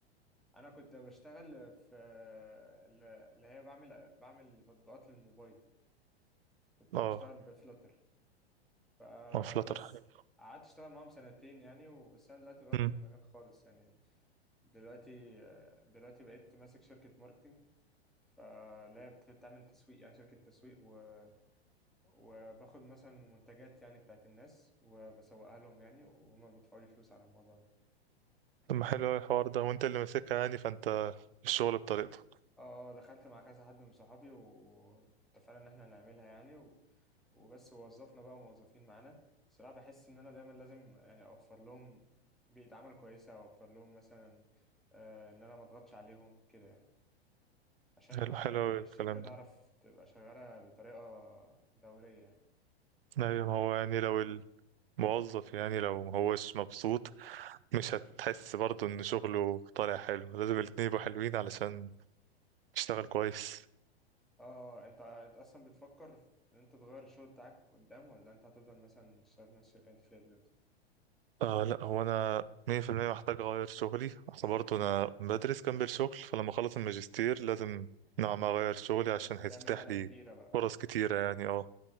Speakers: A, in the centre; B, on the right (about 60°).
A: انا كنت بشتغل في اللي هي بعمل بعمل تطبيقات للموبايل كنت
B: اه
A: بشتغل بفلاتر فبس
B: اه فلاتر حلو
A: قعدت اشتغل معاهم سنتين يعني وبس انا دلوقتي غيرت
B: أمم،
A: المجال خالص يعني دلوقتي دلوقتي بقيت ماسك شركة ماركتينج فاللي هي بتعمل تسويق يعني شركة تسويق و... وباخد مثلا منتجات يعني بتاعت الناس وبسوقها لهم يعني وهما بيدفعوا لي فلوس على الموضوع ده
B: طب ما حلو أوي الحوار ده وأنت اللي ماسكها يعني فأنت الشغل بطريقتك
A: اه آه، دخلت مع كذا حد من صحابي واتفقنا ان احنا نعملها يعني و... وبس وظفنا بقى موظفين معانا الصراحة بحس ان انا دايما لازم يعني اوفر لهم بيئة عمل كويسة اوفر لهم مثلا آه ان انا ما اضغطش عليهم كده يعني عشان
B: حلو
A: يعني
B: حلو أوي الكلام
A: الشركة تعرف
B: ده
A: تبقى شغالة بطريقة دورية يعني
B: أيوة هو يعني لو ال... موظف يعني لو مهوش مبسوط مش هتحس برضه ان شغله طالع حلو لازم الاتنين يبقوا حلوين علشان تشتغل كويس
A: اه انت انت اصلا بتفكر في ان انت تغير الشغل بتاعك قدام ولا انت هتفضل مثلا تشتغل في نفس الشركة اللي انت فيها دلوقتي
B: آه لا هو انا 100% محتاج اغير شغلي اصل برضه انا بدرس جنب الشغل فلما اخلص الماجستير لازم نوعا ما اغير شغلي عشان هيتفتح
A: تعمل نقلة
B: لي
A: كبيرة بقى اه
B: فرص كتيرة يعني اه